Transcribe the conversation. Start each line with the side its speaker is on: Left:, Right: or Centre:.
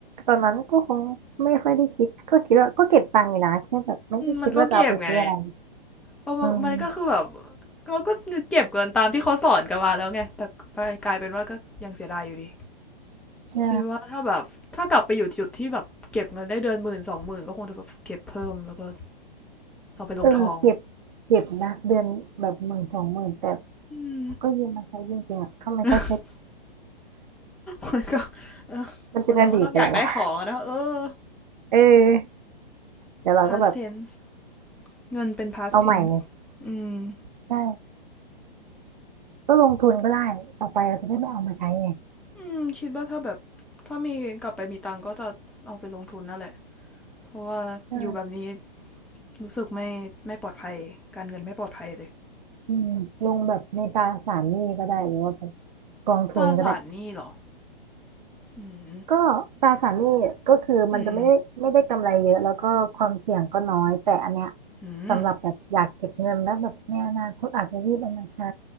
Right: ตอนนั้นก็คงไม่ค่อยได้คิดก็คิดว่าก็เก็บตังค์อยู่นะแค่แบบไม่ได้คิดว่าจะเอาไปซื้ออะไร
Centre: มันก็เก็บไงก็มันมันก็คือแบบ
Right: อืม
Centre: เราก็เก็บเงินตามที่เขาสอนกันมาแล้วไงแต่กลายเป็นว่าก็ยังเสียดายอยู่ดี
Right: ใช่
Centre: คิดว่าถ้าแบบถ้ากลับไปอยู่จุดที่แบบเก็บเงินได้เดือนหมื่นสองหมื่นก็คงจะแบบเก็บเพิ่มแล้วก็เอาไปลงทอง
Right: เออเก็บเก็บนะเดือนแบบหมื่นสองหมื่นแต่
Centre: อืม
Right: ก็ยืมมาใช้จริงๆอ่ะทำไมเขาใช้
Centre: <laughs> มันก็
Right: มันเป็นอดีตไปแล้วแหละ
Centre: คนเราก็ต้องอยากได้ของอนะเออ
Right: เออ เดี๋ยวเราก็แบบ
Centre: past tense เงินเป็น past
Right: เอาใหม่ไง
Centre: tense อืม <sighs>
Right: ใช่ก็ลงทุนก็ได้ต่อไปเราจะได้ไม่เอามาใช้ไง
Centre: อืมคิดว่าถ้าแบบถ้ามีกลับไปมีตังค์ก็จะเอาไปลงทุนนั่นแหละเพราะว่าอยู่แบบนี้
Right: ใช่
Centre: รู้สึกไม่ไม่ปลอดภัยการเงินไม่ปลอดภัยเลย
Right: อืมลงแบบในตราสารหนี้ก็ได้หรือว่าแบบกองทุนก็ได้
Centre: ตราสารหนี่หรอ อืม
Right: ก็ตราสารหนี้ก็คือมันจะไม่ได้ไม่ได้กำไรเยอะแล้วก็ความเสี่ยงก็น้อยแต่อันเนี้ย
Centre: อืม อืม
Right: สำหรับแบบอยากเก็บเงินแล้วแบบในอนาคตอาจจะรีบเอามาใช้